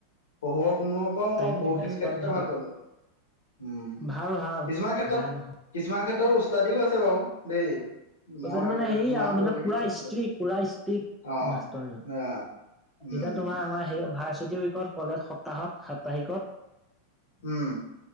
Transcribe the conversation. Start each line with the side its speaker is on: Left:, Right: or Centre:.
Left: পঢ়োৱা শুনোৱা পৰাও মই
Centre: টাইম
Left: বহুতখিনি
Centre: মেনেজ কৰাত
Left: ক্ষেত্ৰতে ভাল
Centre: আৰু
Left: পালো। উম
Centre: ভাল ভাল
Left: কিছুমান ক্ষেত্ৰত
Centre: বেয়া নহয়
Left: কিছুমান ক্ষেত্ৰৰ উস্তাদিও আছে বাৰু দেই।
Centre: তাৰপিছত
Left: মই
Centre: মানে হেৰি
Left: যিমান
Centre: আৰু মানে
Left: দূৰলৈকে
Centre: পুৰা
Left: গ <unintelligible>
Centre: ষ্ট্ৰিক পুৰা ষ্ট্ৰিক
Left: অহ
Centre: মাষ্টৰজন
Left: অ উম
Centre: এতিয়া তোমাৰ আমাৰ সেই ভাৰ্চিটি উইকৰ কলেজ সপ্তাহত সাপ্তাহিকত
Left: উম